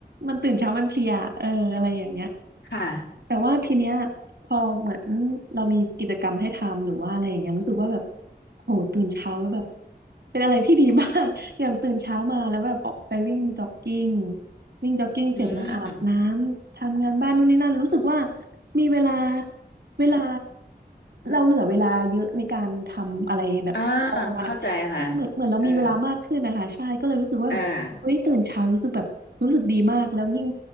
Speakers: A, on the right; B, on the left.
A: มันตื่นเช้ามันเพลียเอออะไรอย่างเงี้ย
B: ค่ะ
A: แต่ว่าทีเนี้ยพอเหมือนเรามีกิจกรรมให้ทำหรือว่าอะไรอย่างเงี้ยรู้สึกว่าแบบโหตื่นเช้าแล้วแบบเป็นอะไรที่ดีมาก <laughs> อย่างตื่นเช้ามาแล้วแบบออกไปวิ่งจ็อกกิ้งวิ่งจ็อกกิ้งเสร็จมาอาบน้ำทำงานบ้านนู่นนี่นั่นรู้สึกว่า
B: อืม
A: มีเวลาเวลาเราเหลือเวลาเยอะในการทำอะไรแบบตอนกลางวันอะใช่เหมือนเหมือนเรามีเวลามากขึ้นนะคะใช่ก็เลยรู้สึกว่าแบบเฮ้ยตื่นเช้ารู้สึกแบบรู้สึกดีมากแล้วยิ่ง
B: อ่าเข้าใจค่ะเออเออ